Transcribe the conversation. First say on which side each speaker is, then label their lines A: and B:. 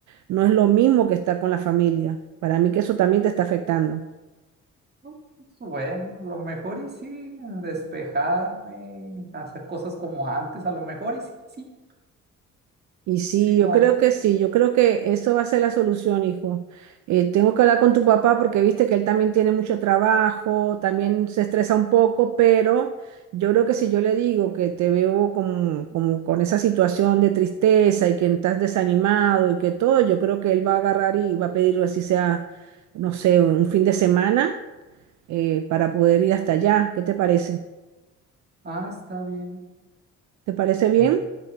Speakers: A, on the right; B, on the right.
A: no es lo mismo que estar con la familia. Para mí que eso también te está afectando.
B: pues, bueno, a lo mejor y sí, despejarme, hacer cosas como antes, a lo mejor y sí, sí,
A: Y sí,
B: sí,
A: yo
B: vamos.
A: creo que sí, yo creo que eso va a ser la solución, hijo. Eh, tengo que hablar con tu papá porque viste que él también tiene mucho trabajo, también se estresa un poco, pero yo creo que si yo le digo que te veo con, con, con esa situación de tristeza y que estás desanimado y que todo, yo creo que él va a agarrar y va a pedir así sea, no sé, un fin de semana eh, para poder ir hasta allá. ¿Qué te parece?
B: Ah, está bien.
A: ¿Te parece bien?
B: Eh,